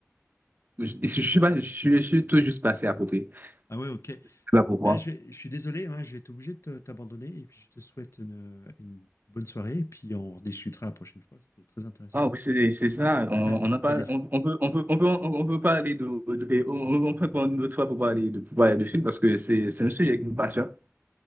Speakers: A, on the right; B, on the left.
A: je, je suis pas, je suis, je suis tout juste passé à côté.
B: Ah ouais, ok.
A: Je sais pas pourquoi.
B: Là, je, vais- je suis désolé, hein, je vais être obligé de te- t'abandonner. Et puis, je te souhaite une, une bonne soirée. Et puis, on rediscutera la prochaine fois. C'était très intéressant.
A: Ah oui, c'est c'est ça. On,
B: <laughs>
A: on en parle,
B: Allez,
A: on, on peut, on peut, on peut, on peut parler de, de- et on, on peut prendre une autre fois pour parler de, pour parler de films parce que c'est c'est un sujet qui me passionne.